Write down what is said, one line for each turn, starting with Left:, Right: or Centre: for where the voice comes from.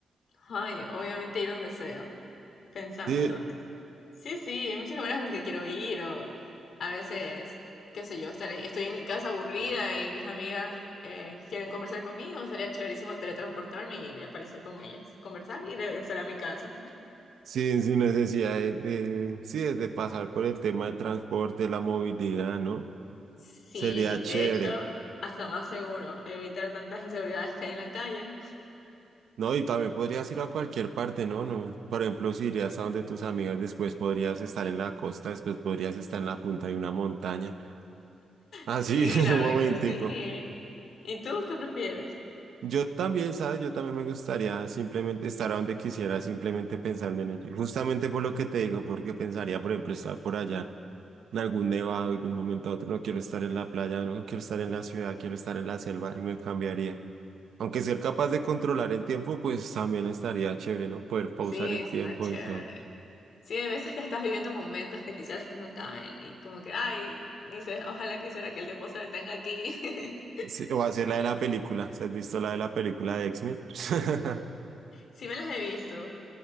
Left: Ay, obviamente ir donde sea, pensándolo.
Right: Sí,
Left: Sí, sí, hay muchas horas a las que quiero ir, o a veces, qué sé yo, estaré, estoy en mi casa aburrida y mis amigas eh, quieren conversar conmigo, sería chéverísimo teletransportarme y aparecer con ellas, conversar y regresar a mi casa.
Right: sí sin necesidad de, de- sí, de pasar por el tema del transporte, la movilidad, ¿no?
Left: Sí,
Right: Sería chévere,
Left: de hecho, hasta más seguro, evitar tantas inseguridades que hay en la calle.
Right: ¿no? Y también podrías ir a cualquier parte, ¿no? No, por ejemplo, si irías a donde tus amigas, después podrías estar en la costa, después podrías estar en la punta de una montaña. Así,
Left: Sí, la
Right: <laughs> un
Left: verdad
Right: momentico.
Left: que sí. ¿Y tú qué prefieres?
Right: Yo también, ¿sabes? Yo también me gustaría simplemente estar a donde quisiera, simplemente pensando en ello. Y justamente por lo que te digo, porque pensaría, por ejemplo, estar por allá en algún nevado y de un momento a otro no quiero estar en la playa, no quiero estar en la ciudad, quiero estar en la selva y me cambiaría. Aunque ser capaz de controlar el tiempo, pues también estaría chévere, ¿no? Poder pausar
Left: Sí,
Right: el tiempo
Left: suena chévere.
Right: y todo.
Left: Sí, hay veces que estás viviendo momentos que quisieras que no acaben y como que, ay, dices, ojalá quisiera que el tiempo se detenga aquí. <laughs>
Right: Sí, o hacer la de la película. ¿Se has visto la de la película de X-Men? <laughs>
Left: Sí me las he visto.